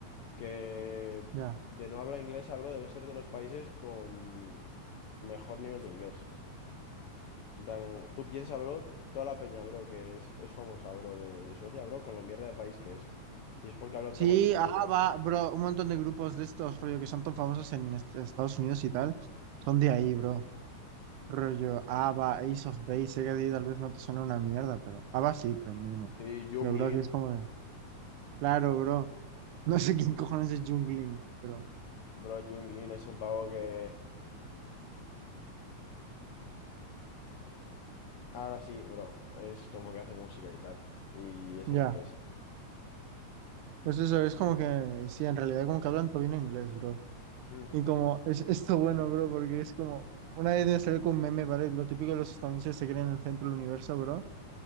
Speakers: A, on the left; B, on the right.
A: que
B: Ya.
A: de no habla inglesa, bro, debe ser de los países con mejor nivel de inglés. En plan, tú piensas, bro, toda la peña, bro, que es, es famosa, bro, de, de Suecia, bro, con lo mierda de país que es. Y es porque hablan
B: Sí,
A: todo buen inglés,
B: ah,
A: bro.
B: va, bro, un montón de grupos de estos, rollo, que son tan famosos en est- Estados Unidos y tal, son de ahí, bro. Rollo, ABBA, Ace of Base, sé que a ti tal vez no te suena una mierda, pero ABBA sí, pero mínimo.
A: Sí, Jung
B: Pero, bro,
A: Lin.
B: que es como de, claro, bro, <laughs> no sé quién cojones es Jungling, pero
A: Bro, Jung Lin es un pavo que... Ahora sí, bro, es como que hace música y tal. Y es
B: ya.
A: en inglés.
B: Pues eso, es como que, sí, en realidad como que hablan todo bien inglés, bro.
A: Mm.
B: Y como, es esto bueno, bro, porque es como, una vez me salió con un meme, ¿vale? Lo típico de los estadounidenses se creen en el centro del universo, bro.